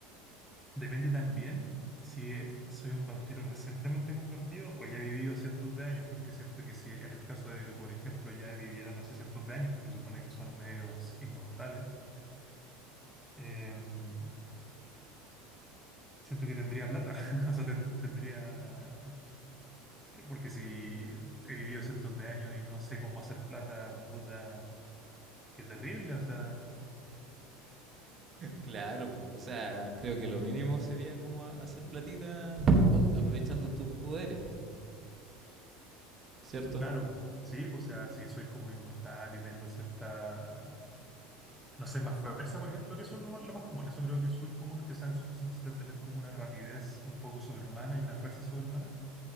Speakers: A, in the centre; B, on the right (about 25°).
A: depende también si eh, soy un vampiro recientemente convertido o ya he vivido cientos de años, porque siento que si en el caso de que, por ejemplo, ya viviera, no sé, cientos de años, porque supone que son medios inmortales. em, siento que tendría plata, <laughs> o sea, te- tendría, porque si he vivido cientos de años y no sé cómo hacer plata, puta, qué terrible, o sea,
B: Claro, po, o sea, creo que lo mínimo sería como a- hacer platita au, aprovechando tus poderes, po, ¿cierto?
A: claro, sí, pues, o sea, si soy como inmortal y tengo cierta, no sé, más fuerza, por ejemplo, que eso es lo, lo más común, eso creo que es súper común, que sean, que son- sea tener como una rapidez un poco sobrehumana y una fuerza sobrehumana,